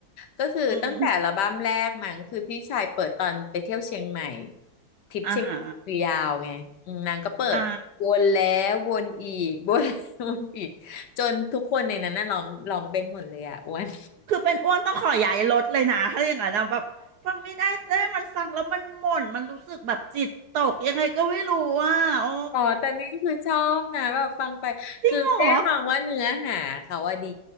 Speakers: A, on the left; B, on the right.
A: ก็คือตั้งแต่อัลบั้มแรกมั้งคือพี่ชายเปิดตอนไปเที่ยวเชียงใหม่
B: อืม
A: ทริปเชียงใหม่คือยาวไงอืมนางก็เปิดวนแล้ววนอีก
B: อ่าฮะอ่า
A: <laughs> วนแล้ววนอีกจนทุกคนในนั้นน่ะร้องร้องเป็นหมดเลยอะ <laughs> อ้วน
B: คือเป็นอ้วนต้องขอย้ายรถเลยนะ ถ้าอย่างนั้นนะแบบฟังไม่ได้เจ้มันฟังแล้วมันหม่นมันรู้สึกแบบจิตตกยังไงก็ไม่รู้อ่ะโอ้
A: อ๋อแต่นี่คือชอบนะแบบฟังไปคือเจ๊มองว่าเนื้อหาเขาว่าดี
B: จริงเหรอ